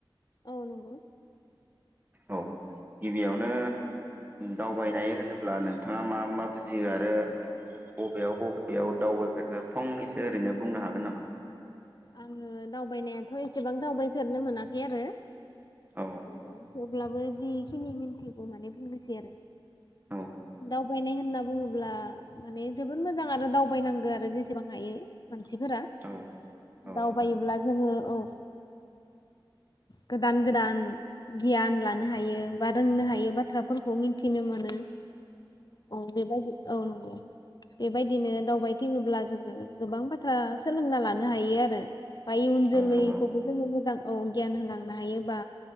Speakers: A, on the left (about 50°); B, on the right (about 20°).
A: औ नंगौ
B: औ गिबियावनो दावबायनाय होनोब्ला नोंथाङा मा मा बुजियो आरो बबेयाव बबेयाव दावबायफेरखो फंनैसो ओरैनो बुंनो हागोन नामा
A: आङो दावबायनायाथ' एसेबां दावबायफेरनो मोनाखै आरो अ
B: औ
A: अब्लाबो जिखिनि मिनथिगौ माने बुंनोसै आरो
B: औ
A: दावबायनाय होनना बुङोब्ला माने जोबोद मोजां आरो दावबायनांगौ आरो जेसेबां हायो। मानसिफोरा
B: औ औ
A: दावबायोब्ला जोङो औ ओ गोदान गोदान गियान लानो हायो बा रोंनो हायो बाथ्राफोरखौ मिन्थिनो मोनो औ बेबायदि औ नंगौ बेबायदिनो दावबायथिङोब्ला जोङो गोबां बाथ्रा सोलोंना ला लानो हायो आरो बा इयुन जोलैखौबो
B: औ नंगौ
A: जोङो मोजां। औ गियान होलांनो हायोबा